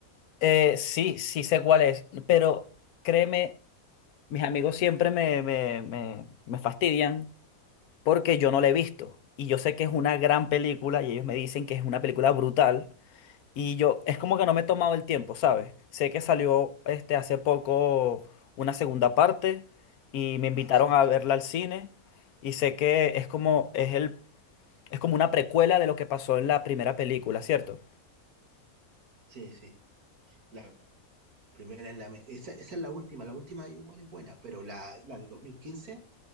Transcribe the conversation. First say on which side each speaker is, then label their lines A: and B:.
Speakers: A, on the left; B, on the right.
A: Eh, sí, sí sé cuál es, pero créeme, mis amigos siempre me, me, me, me fastidian porque yo no la he visto. Y yo sé que es una gran película y ellos me dicen que es una película brutal. Y yo, es como que no me he tomado el tiempo, ¿sabes? Sé que salió este, hace poco una segunda parte y me invitaron
B: Ah, sí,
A: a verla al cine. Y sé que es como, es el, es como una precuela de lo que pasó en la primera película, ¿cierto?
B: sí, sí. La primera es la... me- Esa, esa es la última, la última igual es buena, pero la, la de 2015,